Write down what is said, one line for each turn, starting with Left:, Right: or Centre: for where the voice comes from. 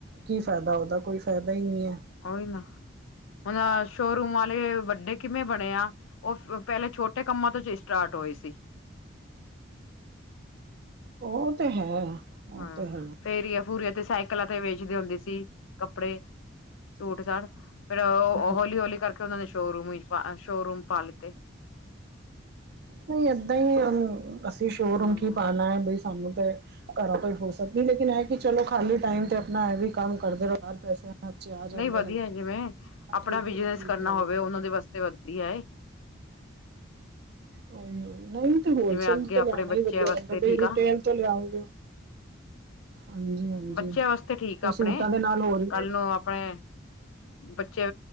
Right: ਕੀ ਫੈਦਾ ਓਦਾ, ਕੋਈ ਫੈਦਾ ਈ ਨਈ ਐ।
Left: ਓਈ ਨਾ ਹੁਣ ਸ਼ੋਰੂਮ ਵਾਲੇ ਵੱਡੇ ਕਿਵੇਂ ਬਣੇ ਆ। ਓ ਫ ਪੈਲੇ ਛੋਟੇ ਕੰਮਾਂ ਤੋਂ 'ਚ ਈ ਸਟਾਰਟ ਹੋਏ ਸੀ।
Right: ਉਹ ਤੇ ਹੈ। ਉਹ
Left: ਹੂੰ,
Right: ਤੇ ਹੈ
Left: ਫੇਰੀਆਂ ਫੂਰੀਆਂ ਤੇ ਸਾਈਕਲਾਂ ਤੇ ਵੇਚਦੇ ਹੁੰਦੇ ਸੀ, ਕੱਪੜੇ ਸੂਟ- ਸਾਟ। ਫਿਰ ਉਹ
Right: ਹਮ
Left: ਹੌਲੀ, ਹੌਲੀ ਕਰਕੇ ਉਹਨਾਂ ਨੇ ਸ਼ੋ-ਰੂਮ ਸ਼ੋ-ਰੂਮ ਪਾ ਲਿਤੇ।
Right: ਨਹੀਂ ਏਦਾਂ ਹੀ ਏ ਅਸੀਂ ਸ਼ੋਰੂਮ
Left: ਹੂੰ
Right: ਕੀ ਪਾਣਾ ਹੈ, ਬਈ ਸਾਨੂੰ ਤੇ ਘਰੋਂ ਤੋਂ ਹੀ ਫੁਰਸਤ ਨਹੀ, ਲੇਕਿਨ ਇਹ ਕਿ ਚਲੋ ਖਾਲੀ ਟਾਈਮ ਤੇ ਆਪਣਾ ਇਹ ਵੀ ਕੰਮ ਕਰਦੇ ਰਹੋ ਚਾਰ ਪੈਸੇ ਹੱਥ 'ਚ ਆ ਜਾਂਦੇ
Left: ਨਹੀਂ ਵਧੀਆ,
Right: ਨੇ
Left: ਜਿਵੇਂ
Right: ਹਾਂ
Left: ਆਪਣਾ
Right: ਠੀਕ
Left: ਬਿਜਨਸ
Right: ਠੀਕ
Left: ਕਰਨਾ
Right: ਰਹਿੰਦਾ
Left: ਹੋਵੇ, ਉਹਨਾਂ ਦੇ ਵਾਸਤੇ ਵਧੀਆ ਏ।
Right: ਉਹੀ-ੳਹੀ ਨਹੀਂ ਤੇ ਹੋਲਸੇਲ
Left: ਜਿਵੇਂ ਅੱਗੇ
Right: ਤੋਂ
Left: ਆਪਣੇ
Right: ਲਿਆਣਾ ਈ
Left: ਬੱਚਿਆਂ
Right: ਵਧੀਆ
Left: ਵਾਸਤੇ
Right: ਰਹਿੰਦਾ ਬ
Left: ਠੀਕ
Right: ਰਿਟੇਲ
Left: ਆ
Right: ਤੋਂ ਲਿਆਉਗੇ। ਹਾਂਜੀ, ਹਾਂਜੀ
Left: ਬੱਚਿਆਂ ਵਾਸਤੇ ਠੀਕ
Right: ਤੇ
Left: ਆ ਆਪਣੇ
Right: ਸੂਟਾਂ ਦੇ ਨਾਲ ਹੋਰ
Left: ਕੱਲ ਆਪਣੇ ਬੱਚੇ